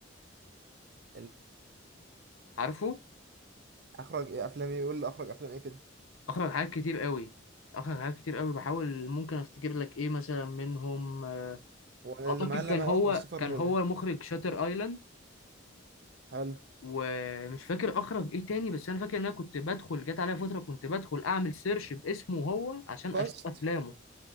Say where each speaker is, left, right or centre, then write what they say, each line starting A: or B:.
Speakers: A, on the right; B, on the left.
A: <laughs>
B: عارفه
A: اخرج ايه افلام ايه يقول لي اخرج افلام ايه كده
B: اخرج حاجات كتير قوي اخرج حاجات كتير قوي بحاول ممكن افتكر لك ايه مثلا منهم آه،
A: هو انا
B: اعتقد
A: اللي معلم
B: كان
A: معاه
B: هو
A: قوي كريستوفر
B: كان
A: نولان
B: هو مخرج شاتر ايلاند
A: حلو
B: ومش فاكر اخرج ايه تاني بس انا فاكر ان انا كنت بدخل جت عليا فتره كنت بدخل اعمل سيرش باسمه هو عشان
A: كاست
B: اشوف افلامه